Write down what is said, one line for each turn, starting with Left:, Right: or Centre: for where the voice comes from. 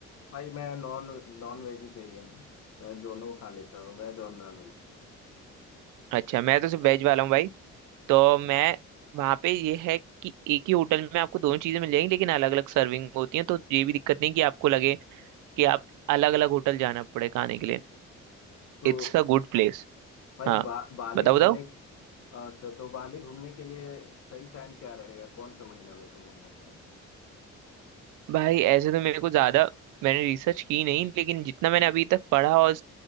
Left: भाई मैं नॉन नॉन वेजिटेरियन हूँ मैं दोनों खा लेता हूँ वेज और नॉन वेज
Right: अच्छा मैं तो सिर्फ वेज वाला हूँ भाई तो मैं वहाँ पे ये है कि एक ही होटल में आपको दोनों चीजें मिल जाएंगी लेकिन अलग अलग सर्विंग होती है तो ये भी दिक्कत नहीं कि आपको लगे कि आप अलग अलग होटल जाना पड़े खाने के लिए
Left: तो
Right: It's a good place
Left: भाई
Right: हाँ
Left: बा, बाली
Right: बताओ
Left: घूमने
Right: बताओ
Left: के- अच्छा तो बाली घूमने के लिए सही टाइम क्या रहेगा कौन सा महीना में घूमना चाहिए
Right: भाई ऐसे तो मेरे को ज्यादा मैंने रिसर्च की नहीं लेकिन जितना मैंने अभी तक पढ़ा और